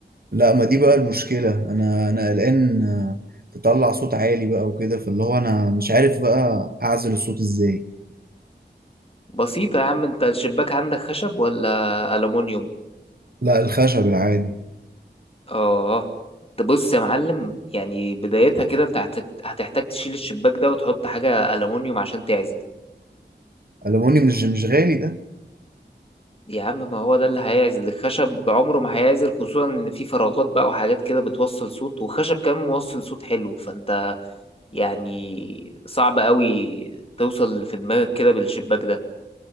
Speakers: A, on the right; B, on the left.
A: لا ما دي بقى المشكله انا انا قلقان آه، تطلع صوت عالي بقى وكده فاللي هو انا مش عارف بقى اعزل الصوت ازاي
B: بسيطة يا عم انت الشباك عندك خشب ولا ألومنيوم؟
A: لا الخشب العادي
B: اه تبص يا معلم يعني بدايتها كده انت هت- هتحتاج تشيل الشباك ده وتحط حاجة ألومنيوم عشان تعزل
A: الومنيوم مش مش غالي ده
B: يا عم ما هو ده اللي هيعزل الخشب عمره ما هيعزل خصوصا ان في فراغات بقى وحاجات كده بتوصل صوت وخشب كمان موصل صوت حلو فانت يعني صعب قوي توصل في دماغك كده بالشباك ده